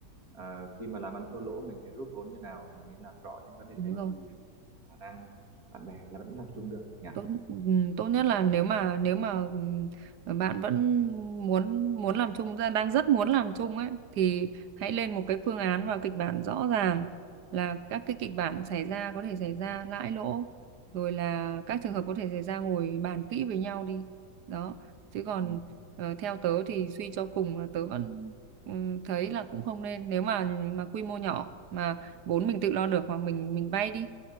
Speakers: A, on the right; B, on the right.
A: à, khi mà làm ăn thua lỗ mình sẽ rút vốn như nào mình nên làm rõ những vấn đề
B: đúng
A: đấy
B: rồi
A: thì khả năng bạn bè là vẫn làm chung được nhỉ
B: tốt ừm, tốt nhất là nếu mà nếu mà ừm, bạn vẫn muốn muốn làm chung ra- đang rất muốn làm chung ấy thì hãy lên một cái phương án và kịch bản rõ ràng là các cái kịch bản xảy ra có thể xảy ra lãi lỗ rồi là các trường hợp có thể xảy ra ngồi bàn kỹ với nhau đi đó chứ còn
A: Ừ.
B: ờ, theo tớ thì suy cho cùng là tớ vẫn ừm, thấy là cũng không nên nếu mà mà quy mô nhỏ mà vốn mình tự lo được hoặc mình mình vay đi